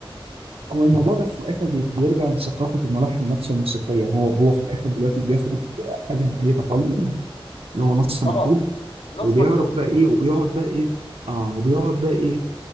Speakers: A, on the right; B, on the left.
A: هو الموضوع ده في الاخر بي- بيرجع لثقافه الملحن نفسه الموسيقيه هو هو في الاخر دلوقتي بياخد حاجه ميته خالص اللي هو نص مكتوب
B: اه نص
A: وبيعرف
B: مكتوب
A: بقى ايه وبيقعد بقى ايه اه وبيقعد بقى ايه